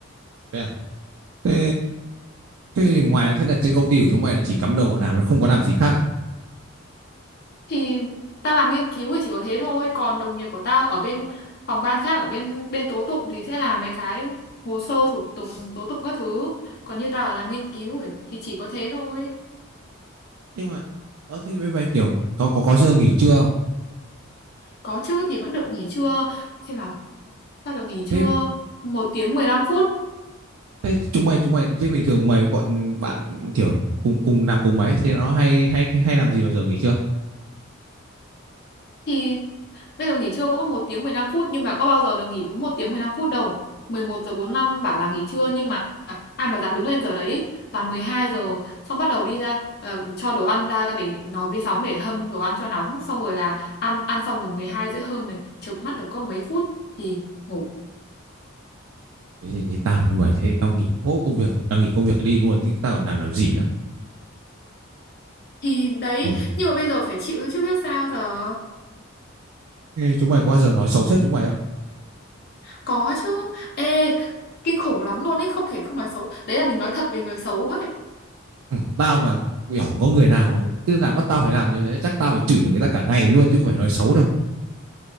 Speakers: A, on the right; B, on the left.
A: Thế, à? thế thế thì ngoài thế là trên công ty của chúng mày là chỉ cắm đầu vào làm nó không có làm gì khác à?
B: thì tao làm nghiên cứu thì chỉ có thế thôi còn đồng nghiệp của tao ở bên phòng ban khác ở bên bên tố tụng thì sẽ làm mấy cái hồ sơ thủ tục tố tụng các thứ còn như tao là làm nghiên cứu ấy, thì chỉ có thế thôi
A: Nhưng mà ở thế bên mày kiểu có có có giờ nghỉ trưa không?
B: Có chứ thì vẫn được nghỉ trưa Xem nào Ta được nghỉ trưa
A: Thế
B: một tiếng 15 phút
A: thế chúng mày chúng mày thế bình thường mày bọn bạn kiểu cùng cùng làm cùng mấy thì nó hay hay hay làm gì vào giờ nghỉ trưa?
B: Thì bây giờ nghỉ trưa cũng một tiếng mười 15 phút Nhưng mà có bao giờ được nghỉ đúng một tiếng 15 phút đâu mười một giờ bốn lăm bảo là nghỉ trưa Nhưng mà ai mà dám đứng lên giờ đấy Toàn 12 giờ Xong bắt đầu đi ra ờ, cho đồ ăn ra để nó vi sóng để hâm đồ ăn cho nóng Xong rồi là ăn ăn xong rồi 12 rưỡi hơn này Chợp mắt được có mấy phút thì ngủ
A: Thế thì như tao như mày thế tao nghỉ bố công việc tao nghỉ công việc đi luôn chứ tao còn làm làm gì nữa.
B: Thì đấy
A: Ủa?
B: Nhưng mà bây giờ phải chịu thôi chứ biết sao giờ
A: Chúng mày có bao giờ nói xấu sếp chúng mày không?
B: có chứ ê kinh khủng lắm luôn ấy không thể không nói xấu đấy là mình nói thật về người xấu ấy
A: Ừ, tao mà kiểu có người nào mà cứ là bắt tao phải làm như thế chắc tao phải chửi người ta cả ngày luôn chứ không phải nói xấu đâu